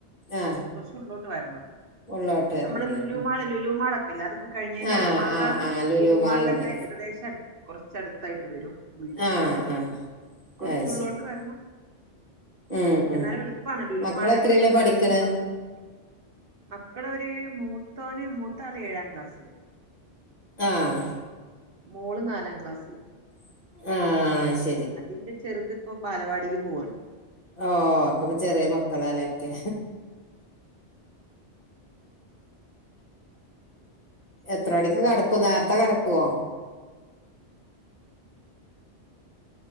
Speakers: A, on the left (about 35°); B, on the right (about 55°).
A: ആ
B: കൊർചുള്ളോ ട്ട് വരണം
A: ഉള്ളോട്ട് വരണല്ലേ
B: അമ്മളെ ലുലു
A: ഉം
B: മാള് ലുലുമാളൊക്കെല്ലെ അതൊക്കെ കഴിഞ്ഞയ്ന്റെ
A: ആ
B: അട് മാങ്കാവി
A: ആ ആ
B: ലുലു
A: മാളുണ്ട്
B: മാൾന്റെ ഒക്കെ ഏകദേശം അടുത്ത് കൊർ ചടുത്തായിട്ട് വരും വീട്
A: ആഹ് ആഹ്
B: കുറച്ചുള്ളോട്ട്
A: അ ശരി
B: വരണം ഉം
A: ഉം ഉം
B: എന്നാലു എളുപ്പാണ ലുലു
A: മക്കളെത്രയിലാ
B: മാൾലേക്കൊക്കെ ഒരു
A: പഠിക്കണെ
B: പത്ത് പത്ത് മിനി മക്കളൊരു മൂത്തോന് മൂത്താള് ഏഴാം ക്ലാസ്സ്
A: ആഹ്
B: മൂള് നാലാം ക്ലാസ്സില്
A: ആഹ്
B: അതിന്റെ ചെറുത് ഇപ്പൊ ബാലവാടീല് പോവാണ്
A: ഓ ഒക്കപ്പ ചെറ്യ മക്കളാല്ലേ ഒക്കെ എത്ര മണിക്ക് കടക്കു നേർത്തെ കടക്കുവോ